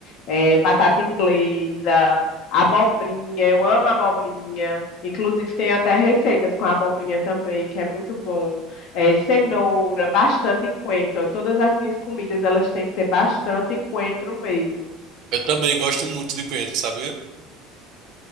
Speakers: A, on the left (about 60°); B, on the right (about 60°).
A: eh, batata inglesa, abobrinha. Eu amo abobrinha. Inclusive, tem até receitas com abobrinha também, que é muito bom. Eh, cenoura, bastante coentro. Todas as minhas comidas, elas têm que ter bastante coentro mesmo.
B: Eu também gosto muito de coentro, sabia?